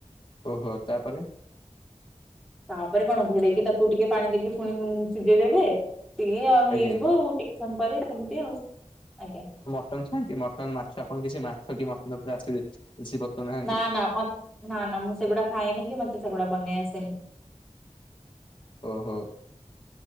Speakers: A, on the left (about 45°); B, in the centre.
A: ଓହୋ ତାପରେ
B: ତାପରେ କଣ ଘୋଡେଇକି ତାକୁ ଟିକେ ପାଣି ଦେଇକି ଫୁଣି ସିଝେଇ ଦେବେ ଟିକେ ଆଉ ହେଇଯିବ
A: ଆଜ୍ଞା
B: ଆଉ ଟିକେ ସମ ପରେ ସେମତି ଆଉ ଆଜ୍ଞା।
A: ମଟନ୍ ଛଆନ୍ତି ମଟନ୍ ମାଛ ଆପଣ କିଛି ମାଛ କି ମଟନ୍ ଉପରେ ଆସିଚି। କିସି ପର୍ତନା
B: ନା ନା ମତ୍ ନା ନା ମୁଁ ସେଗୁଡ଼ା ଖାଏନି କି ମତେ ସେଗୁଡ଼ା ବନେଇ ଆସେନି।
A: ଓହୋ।